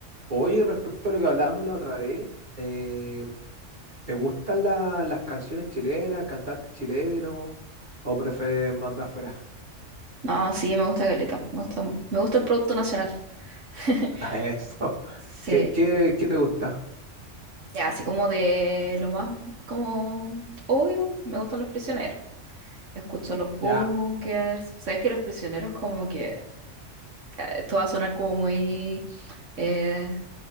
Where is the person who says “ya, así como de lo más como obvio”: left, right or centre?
Right